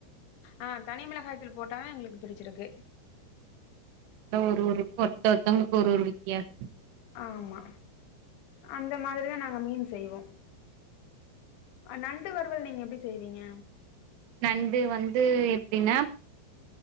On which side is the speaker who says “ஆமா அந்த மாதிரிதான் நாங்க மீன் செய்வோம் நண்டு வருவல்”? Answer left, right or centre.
Left